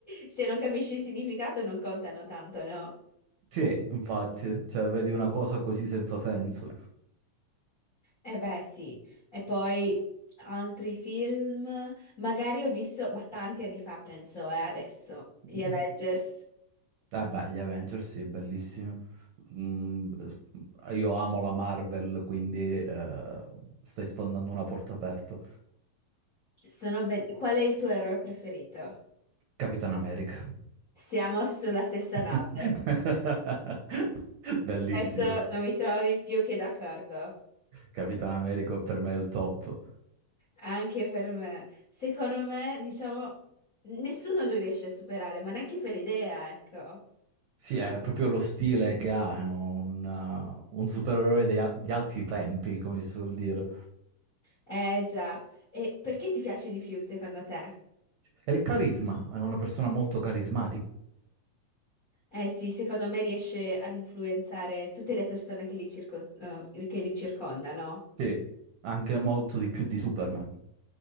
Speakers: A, on the left; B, on the right.
A: se non capisci il significato, non contano tanto, no?
B: Sì, infatti, cioè, vedi una cosa così senza senso.
A: Eh beh, sì. E poi altri film, magari ho visto, ma tanti anni fa penso, eh, adesso, gli
B: Mm.
A: Avengers.
B: Eh beh, gli Avengers sì, bellissimi. Mm, eh, io amo la Marvel, quindi eh, stai sfondando una porta aperta.
A: Sono belli. Qual è il tuo eroe preferito?
B: Capitan America.
A: Siamo sulla stessa
B: <laughs>
A: nave.
B: Bellissimo.
A: Su Questo non mi trovi più che d'accordo.
B: Capitan America per me è il top.
A: Anche per me. Secondo me, diciamo, nessuno lo riesce a superare, ma neanche per idea, ecco.
B: Sì, è proprio lo stile che ha, è un, eh, un supereroe dei a- di, altri tempi, come si suol dire.
A: Eh già. E perché ti piace di più, secondo te?
B: E il carisma, è una persona molto carismatica.
A: Eh sì, secondo me riesce ad influenzare tutte le persone che li, circo- eh, che li circondano.
B: Sì, anche molto di più di Superman.